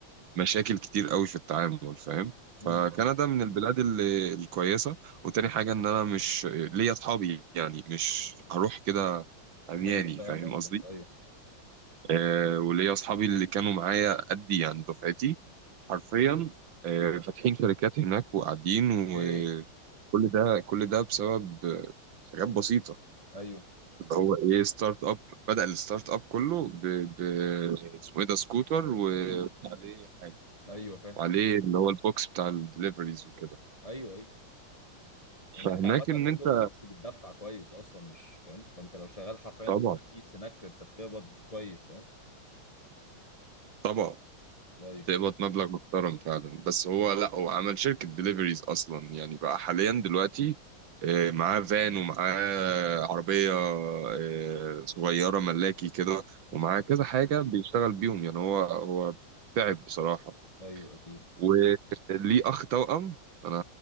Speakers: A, on the right; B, on the left.
A: مشاكل كتير أوي في التعامل فاهم فكندا
B: امم
A: من البلاد اللي الكويسة وتاني حاجة إن أنا مش ليا أصحابي يعني مش هروح كده عمياني
B: ايوه فاهم
A: فاهم
B: قصدك
A: قصدي
B: ايوه
A: آه، وليا اصحابي اللي كانوا معايا قدي يعني دفعتي حرفيا آه، فاتحين شركات هناك وقاعدين وكل
B: ايه
A: ده كل ده بسبب آه، حاجات بسيطة
B: ايوه
A: اللي هو ايه ستارت اب بدأ الستارت اب كله ب... ب... اسمه ايه ده سكوتر وعليه حاجة
B: ايوه فاهم
A: وعليه اللي هو البوكس بتاع الدليفريز وكده
B: ايوه ايوه هناك
A: فهناك
B: عامة
A: ان
B: اوبر
A: انت
B: ايتس بتدفع كويس اصلا مش فاهم فانت لو شغال حرفيا
A: طبعا
B: اوبر ايتس هناك انت بتقبض كويس فاهم
A: طبعا
B: ايوه
A: بتقبض مبلغ محترم فعلا بس هو لا هو عمل شركة دليفريز أصلا يعني بقى حاليا دلوقتي آه، معاه فان ومعاه عربية آه، صغيرة ملاكي كده
B: ما
A: ومعاه
B: شاء الله
A: كذا حاجة بيشتغل بيهم يعني هو هو تعب بصراحة
B: ايوه اكيد
A: وليه أخ توأم أنا